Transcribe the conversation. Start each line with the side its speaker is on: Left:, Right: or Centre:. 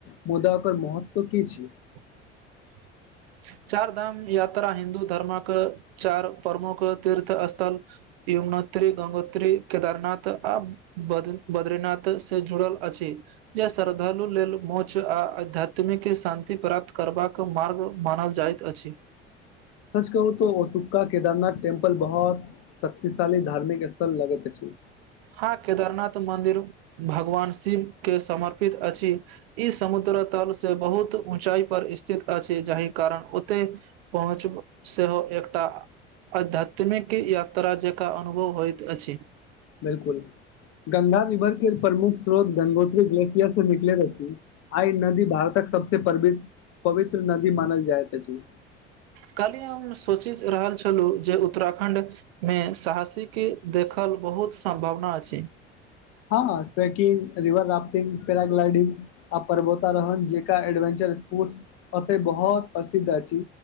Left: मुदा ओकर महत्व की छी।
Right: <inaudible> चार धाम यात्रा हिन्दू धर्मक चार प्रमुख तीर्थ स्थल युम्नोत्री, गंगोत्री, केदारनाथ आ बद बद्रीनाथ से जुड़ल अछि। जे श्रद्धालु लेल मोच आ अध्यात्मिक शान्ति प्राप्त करबाक मार्ग मानल जाएत अछि।
Left: सच कहू तो औतुका केदारनाथ टेम्पल बहोत शक्तिशाली धार्मिक स्थल लगैत अछि।
Right: हाँ केदारनाथ मन्दिर भगवान शिव के समर्पित अछि, इ समुद द्र तल से बहुत ऊँचाई पर स्थित अछि, जाहि कारण ओते पहुँच से हो एकटा अध्यात्मिक यात्रा जेकां अनुभव होयत अछि।
Left: बिलकुल। गंगा रिवर के प्रमुख स्रोत गंगोत्री ग्लेशियर से निकले रहती, आय नदी भारतक सबसे परबी पवित्र नदी मानल जाएत अछि।
Right: कल्हि हम सोचैत रहल छलहुँ जे उत्तराखण्डमे साहसीे के देखल बहुत सम्भावना अछि।
Left: हँ ट्रैकिंग, रिवर राफ्टिंग, पेराग्लाइडिंग आ पर्बोतारोहण जेकां एडवेंचर स्पोर्ट्स ओतेऽ बहोत प्रसिद्ध अछि